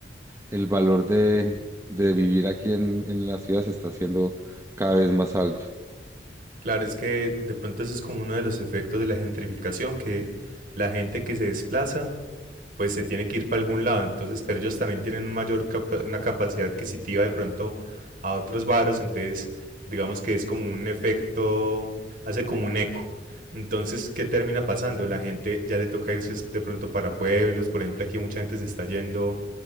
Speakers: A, on the right; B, on the right.
A: el valor de, de vivir aquí en, en la ciudad se está haciendo cada vez más alto.
B: claro, es que de pronto eso es como uno de los efectos de la gentrificación, que la gente que se desplaza pues se tiene que ir para algún lado. Entonces, pero ellos también tienen un mayor capa- una capacidad adquisitiva de pronto a otros barrios. Entonces, digamos que es como un efecto, hace como un eco. Entonces, ¿qué termina pasando? La gente ya le toca irse es- de pronto para pueblos. Por ejemplo, aquí mucha gente se está yendo